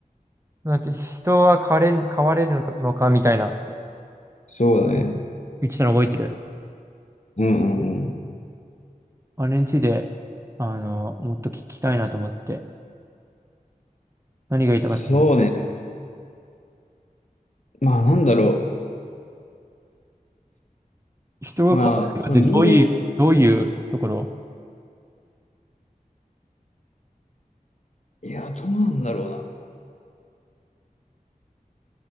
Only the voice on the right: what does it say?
なんか、人は変われる、変われるのか、のかみたいな、
言ってたの覚えてる
あれについて、あの、もっと聞きたいなと思って。何が言いたかったの
人が変われるかって、
どういう、どういうところ